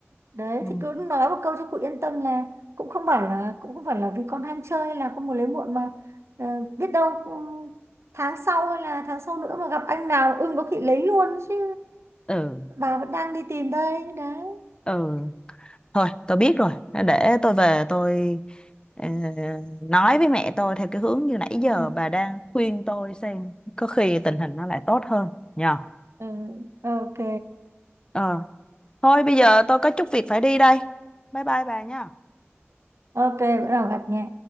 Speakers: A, on the right (about 75°); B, on the left (about 20°).
A: đấy
B: ừ
A: thì cứ nói một câu cho cụ yên tâm là cũng không phải là cũng không phải là vì con ham chơi hay là con muốn lấy muộn mà ờ, biết đâu cũng- tháng sau hay là tháng sau nữa mà gặp anh nào ưng có khi lấy luôn chứ
B: ừ
A: bà vẫn đang đi tìm đây đấy
B: ừ. thôi tôi biết rồi để tôi về tôi ờ, nói với mẹ tôi theo cái hướng như nãy giờ
A: ừ.
B: bà đang khuyên tôi xem có khi tình hình nó lại tốt hơn nhờ
A: Ừ. ừ, ok
B: Ờ Thôi bây giờ tôi có chút việc phải đi đây. Bye bye bà nha.
A: ok bữa nào gặp nha